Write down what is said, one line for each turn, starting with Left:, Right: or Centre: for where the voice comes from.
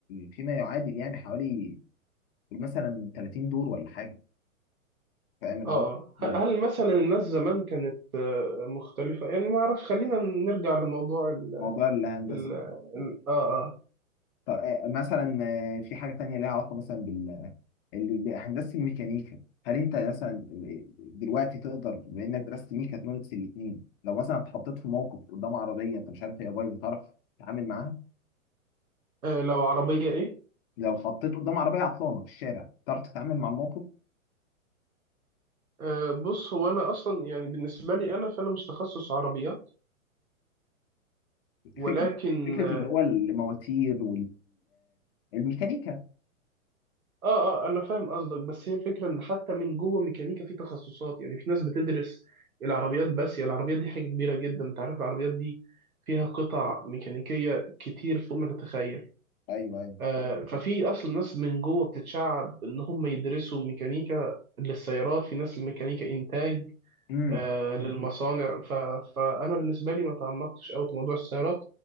Left: فيما يعادل يعني حوالي مثلا 30 دور ولا حاجة فاهم العلاقة
Right: اه آه.
Left: ده
Right: ه- مم. هل مثلا الناس زمان كانت آه، مختلفة يعني ما اعرفش خلينا نرجع لموضوع ال
Left: موضوع الهندسة
Right: ال ال- اه اه
Left: طب آه، مثلا آه، في حاجة تانية ليها علاقة مثلا بال ال- بهندسة الميكانيكا هل أنت مثلا آه، دلوقتي تقدر بما إنك درست ميكاترونكس الاتنين لو مثلا اتحطيت في موقف قدام عربية أنت مش عارف هي بايظة تعرف تتعامل معاها
Right: آه، لو عربية ايه
Left: لو اتحطيت قدام عربية عطلانة في الشارع تعرف تتعامل مع الموقف
Right: أه، بص هو انا اصلا يعني بالنسبه لي انا فانا مش تخصص عربيات ولكن
Left: فكرة فكرة
Right: اه
Left: اللي هو المواتير والميكانيكا
Right: اه آه، انا فاهم قصدك بس هي الفكره ان حتى من جوه ميكانيكا في تخصصات يعني في ناس بتدرس العربيات بس يعني العربيات دي حاجه كبيره جدا انت عارف العربيات دي فيها قطع ميكانيكيه كتير فوق ما تتخيل
Left: ايوه ايوه
Right: آه ففي اصلا ناس من جوه بتتشعب ان هم يدرسوا ميكانيكا للسيارات في ناس الميكانيكا انتاج
Left: امم
Right: آه مم. للمصانع ف... فانا بالنسبه لي ما تعمقتش قوي في موضوع السيارات